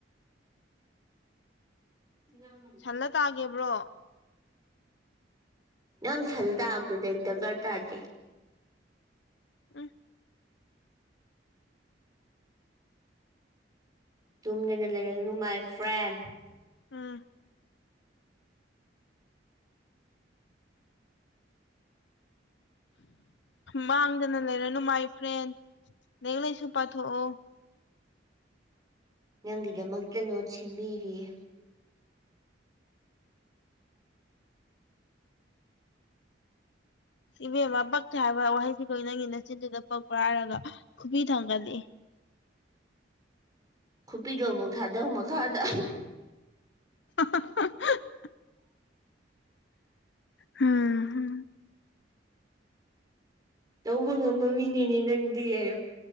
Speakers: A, on the right (about 20°); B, on the left (about 70°).
A: <unintelligible>
B: ꯁꯜꯂ ꯇꯥꯒꯦꯕ꯭ꯔꯣ
A: ꯅꯪ ꯁꯖ ꯇꯥꯕꯗꯨꯗ ꯑꯩ ꯗꯔꯀꯥꯔ ꯇꯥꯔꯗꯤ
B: ꯎꯝ
A: ꯇꯨꯝꯗꯅ ꯂꯩꯔꯒꯅꯨ my friend
B: um ꯃꯥꯡꯗꯅ ꯂꯩꯔꯅꯨ my friend ꯅꯁꯨ ꯄꯊꯣꯛꯑꯣ
A: ꯅꯪꯒꯤꯗꯃꯛꯇ ꯅꯣꯠ ꯁꯦꯝꯕꯤꯔꯤꯌꯦ
B: ꯏꯕꯦꯝꯃ ꯄꯛꯊꯦ ꯍꯥꯏꯕ ꯋꯥꯍꯩꯁꯤꯈꯣꯏ ꯅꯪꯒꯤ ꯅꯆꯤꯟꯗꯨꯗ ꯄꯛꯄꯥꯏꯔꯒ ꯈꯨꯕꯤ ꯊꯪꯒꯅꯤ
A: ꯈꯨꯄꯤꯗꯣ ꯑꯃꯨꯛ ꯊꯥꯗꯧ ꯃꯈꯥꯗ
B: ꯍꯑꯍꯥ ꯑꯁ꯭ ꯎꯝ
A: ꯇꯧꯕ ꯉꯝꯕ ꯃꯤꯅꯦꯅꯦ ꯅꯪꯗꯤ ꯑꯌꯨ